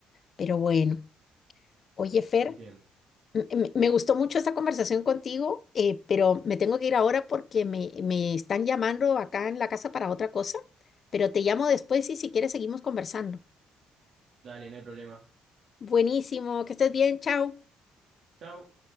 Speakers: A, on the left (about 50°); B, on the right (about 65°).
A: Pero bueno, oye, Fer,
B: Entiendo.
A: M- Me me gustó mucho esta conversación contigo, eh, pero me tengo que ir ahora porque me, me están llamando acá en la casa para otra cosa, pero te llamo después y si quieres seguimos conversando.
B: Dale, no hay problema.
A: Buenísimo, que estés bien, chao.
B: Chau.